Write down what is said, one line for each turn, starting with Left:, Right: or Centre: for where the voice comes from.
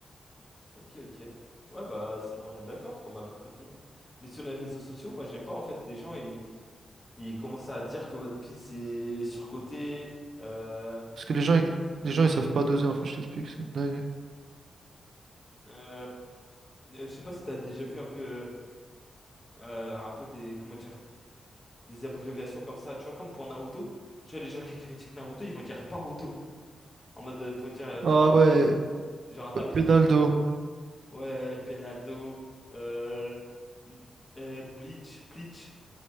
Left: Ok, ok. Ouais, bah, c'est- on est d'accord, comme à peu près tout le monde. Mais sur les réseaux sociaux, moi, j'aime pas, en fait, les gens, ils, ils commencent à dire que One Piece est surcoté. Euh,
Right: Parce que les gens, ils- les gens, ils savent pas doser, en fait, je t'explique, c'est une dinguerie.
Left: euh, euh, je sais pas si t'as déjà vu un peu, euh, un peu des, comment dire, des abréviations comme ça, tu vois, comme pour Naruto. Tu vois, les gens qui critiquent Naruto, ils vont dire Paruto, en mode, euh, pour dire, euh, comme
Right: Ah
Left: un penalty,
Right: ouais,
Left: genre un tapin.
Right: P- Penaldo.
Left: Ouais, Penaldo, euh, euh, Bleach, Bleach,